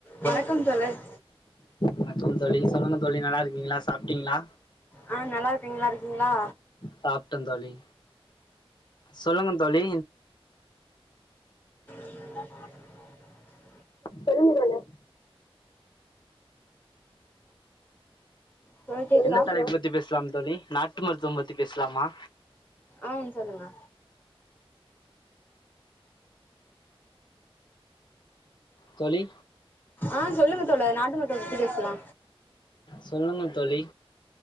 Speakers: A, on the left (about 20°); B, on the left (about 45°).
A: வணக்கம் தோழர்
B: வணக்கம் தோழி சொல்லுங்க தோழி நல்லாருக்கீங்ளா சாப்ட்டிங்ளா
A: ஆ நல்லாருக்கே நீங் நல்லாருக்கீங்ளா
B: சாப்ட்டே தோழி சொல்லுங்க தோழி
A: <unintelligible>
B: சொல்லுங்க தோழர்
A: தோழர் கேக்குதா
B: என்ன தலைப் பத்தி பேஸ்லாம் தோழி நாட்டு மருத்துவம் பத்தி பேஸ்லாமா
A: ஆ சொல்லுங்க
B: தோழி
A: ஆ சொல்லுங்க தோழர் நாட்டு மருத்துவம் பத்தி பேஸ்லா
B: சொல்லுங்க தோழி